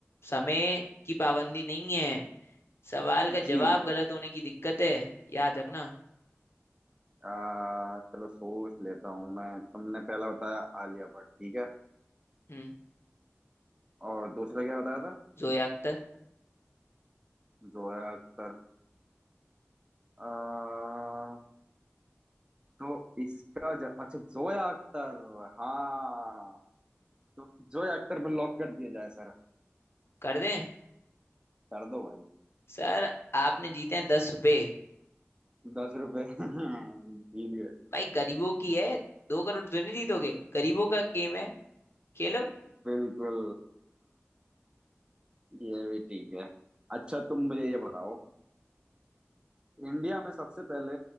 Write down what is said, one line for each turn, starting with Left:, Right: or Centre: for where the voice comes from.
Left: समय की पाबंदी नहीं है सवाल का
Right: जी
Left: जवाब गलत होने की दिक्कत है याद रखना
Right: आ, चलो सोच लेता हूँ मैं तुमने पहला बताया आलिया भट्ट ठीक है
Left: हम्म
Right: और दूसरा क्या बताया था
Left: जोया अख्तर
Right: जोया अख्तर आ, तो इसका ज... अच्छा जोया अख्तर हाँ तो जोया अख्तर पे लॉक कर दिया जाए सर
Left: कर दें
Right: कर दो भाई
Left: सर आपने जीते हैं दस रुपए
Right: दस रुपए <laughs> जीत गए
Left: भाई गरीबों की है दो करोड़ तो नहीं जीतोगे गरीबों का गेम है खेलो
Right: बिल्कुल <laughs> ये भी ठीक है अच्छा तुम मुझे ये बताओ इंडिया में सबसे पहले